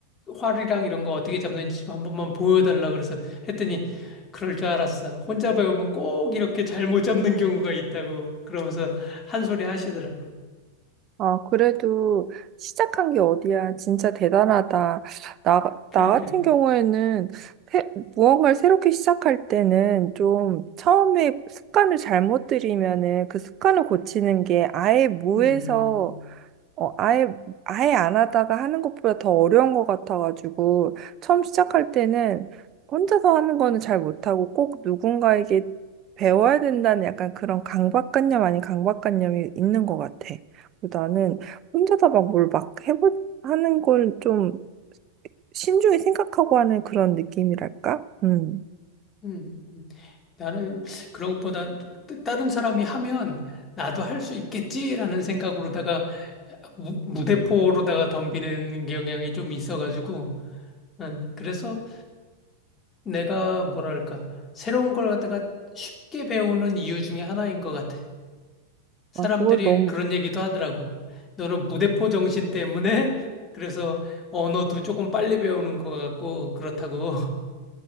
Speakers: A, on the left (about 20°); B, on the right (about 30°).
A: 활이랑 이런 거 어떻게 잡는지 좀 한 번만 보여달라 그래서 했더니 그럴 줄 알았어. 혼자 배우면 꼭 이렇게 잘못 잡는 경우가 있다고 그러면서 한 소리 하시더라고.
B: 아, 그래도 시작한 게 어디야. 진짜 대단하다. 나,
A: 그러니까
B: 나 같은 경우에는 새- 무언가를 새롭게 시작할 때는 좀 처음에 습관을 잘못 들이면은 그 습관을 고치는 게 아예 무에서
A: 음,
B: 어, 아예, 아예 안 하다가 하는 것보다 더 어려운 것 같아가지고, 처음 시작할 때는 혼자서 하는 거는 잘 못하고 꼭 누군가에게 배워야 된다는 약간 그런 강박관념 아닌 강박관념이 있는 것 같아. 그리고 나는 혼자서 막 뭘 막 해보, 하는 걸 좀 신중히 생각하고 하는 그런 느낌이랄까? 음.
A: 음, 음. 나는 그런 것보다 따- 다른 사람이 하면 나도 할 수 있겠지라는 생각으로다가 무, 무대포로다가 덤비는 경향이 좀 있어가지고 예, 그래서 내가 뭐랄까, 새로운 걸 갖다가 쉽게 배우는 이유 중에 하나인 것 같아. 사람들이
B: 아, 그거 너무
A: 그런 얘기도 하더라고. 너는 무대포 정신 때문에 <laughs> 그래서 언어도 조금 빨리 배우는 것 같고 그렇다고. <laughs>